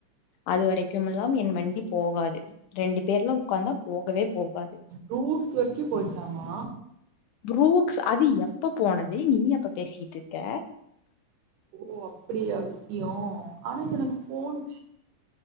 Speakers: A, on the left; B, on the right.
A: அது வரைக்கும் எல்லா என் வண்டி போகாது ரெண்டு பேர்லா உக்காந்தா போகவே போகாது
B: ப்ரூக்ஸ் வரைக்கு போச்சாமா
A: ப்ரூக்ஸ் அது எப்ப போனது நீ எப்ப பேசிட்டு இருக்க
B: ஓ அப்டியா விஷயோ ஆனா எனக்கு போன்